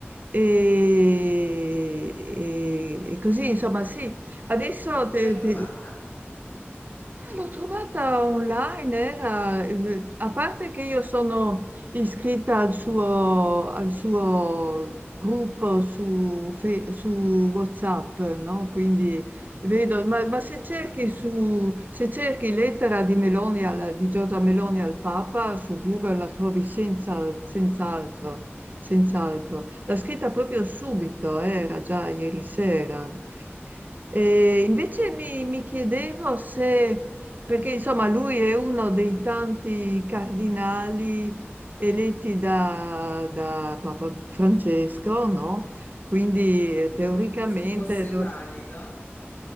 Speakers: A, on the right; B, on the left.
A: E, e- e così, insomma, sì, adesso
B: Come
A: te-
B: l'hai trovata?
A: te- eh, L'ho trovata online, era- eh, a parte che io sono iscritta al suo, al suo gruppo su, Fe- su WhatsApp, no? Quindi
B: Mhm.
A: vedo, ma, ma se cerchi, su, se cerchi lettera di Meloni al- di Giorgia Meloni al Papa su Google la trovi senza, senz'altro, senz'altro. L'ha scritta proprio subito, eh, era già ieri sera. E invece mi mi chiedevo se perché insomma lui è uno dei tanti cardinali eletti da, da Papa Francesco, no? Quindi eh, teoricamente
B: Se fosse
A: dov-
B: valido.